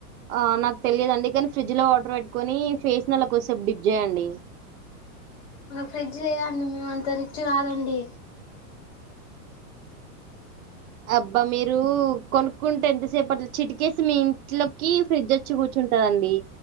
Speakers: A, on the right (about 65°); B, on the left (about 45°).
A: ఆ నాక్ తెలియదండి కానీ ఫ్రిడ్జ్ లో వాటర్ పెట్టుకొని ఫేస్ నల్ల కొద్దిసేపు డిప్ చేయండి <inaudible>
B: మాకు ఫ్రిడ్జ్ లేదండి మేము అంత రిచ్ కాదండి
A: అబ్బా మీరు కొనుక్కుంటే ఎంతసేపట్ల చిటికేస్తె మీ ఇంట్లోకి ఫ్రిడ్జ్చ్చి కూర్చు కుంటదండి